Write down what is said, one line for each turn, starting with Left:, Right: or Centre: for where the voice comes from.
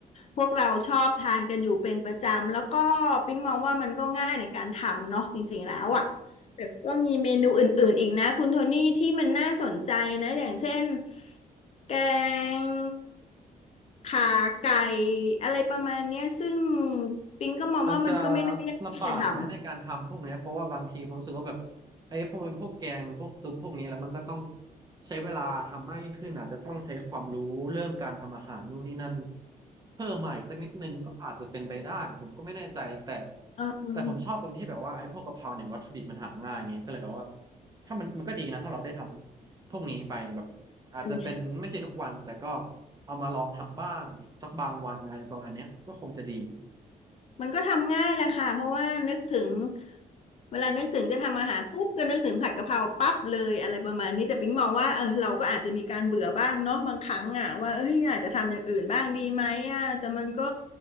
Left: พวกเราชอบทานกันอยู่เป็นประจำแล้วก็ปิ๊งมองว่ามันก็ง่ายในการทำเนาะจริงๆแล้วอะ
Right: อ่า
Left: แต่ก็มีเมนูอื่นๆอีกนะคุณโทนี่ที่มันน่าสนใจนะอย่างเช่นแกงขาไก่อะไรประมาณเนี้ยซึ่งปิงก็มองว่ามันก็ไม่น่ายากที่จะทำ
Right: มันจะลำบากไหมในการทำพวกเนี้ยเพราะว่าบางทีผมรู้สึกว่าแบบไอ้พอมันเป็นพวกแกงมันพวกซุปพวกนี้แล้วมันก็ต้องใช้เวลาทำมากยิ่งขึ้นอาจจะต้องใช้ความรู้เรื่องการทำอาหารนู่นนี่นั่นเพิ่มมาอีกสักนิดนึงก็อาจจะเป็นไปได้ผมก็ไม่แน่ใจแต่
Left: เ
Right: แต่ผมชอบตรงที่แบบว่าไอ้พวกกะเพราเนี่ยวัตถุดิบมันหาง่ายไงก็เลยแบบว่าถ้ามันมันก็ดีนะถ้าเราได้ทำพวกนี้ไปแบบอาจจะเป็นไม่ใช่ทุกวันแต่ก็
Left: ออ
Right: เอามาลองทำบ้างสักบางวันอะไรประมาณเนี้ยก็คงจะดี
Left: มันก็ทำง่ายแหละค่ะเพราะว่านึกถึงเวลานึกถึงจะทำอาหารปุ๊บก็นึกถึงผัดกะเพราปั๊บเลยอะไรประมาณนี้แต่ปิ๊งมองว่าเออเราก็อาจจะมีการเบื่อบ้างเนาะบางครั้งอ่ะว่าเอ้ยอาจจะทำอย่างอื่นบ้างดีไหมอ่ะแต่มันก็